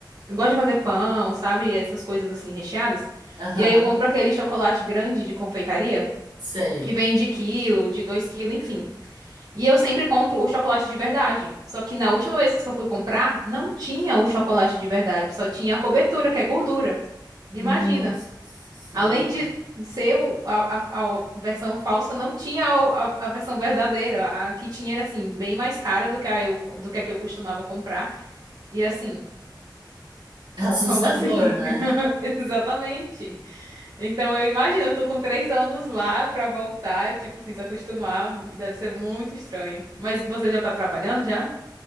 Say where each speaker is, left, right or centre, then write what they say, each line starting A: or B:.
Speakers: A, on the right; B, on the right.
A: eu gosto de fazer pão, sabe? Essas coisas assim recheadas.
B: Aham,
A: E aí eu compro aquele chocolate grande de confeitaria
B: sei.
A: que vem de quilo, de dois quilos, enfim. E eu sempre compro o chocolate de verdade. Só que na última vez que eu fui comprar, não tinha o chocolate de verdade, só tinha a cobertura, que é gordura.
B: Nossa
A: Imagina.
B: Senhora.
A: Além de ser o- a, a- a versão falsa, não tinha a, a- a versão verdadeira. A que tinha era assim, bem mais cara do que a, eu, do que a que eu costumava comprar. E assim,
B: É assustador,
A: como assim?
B: né?
A: <laughs> Exatamente. Então eu imagino, eu tô com três anos lá pra voltar, tipo, assim, se acostumar, deve ser muito estranho. Mas você já tá trabalhando já?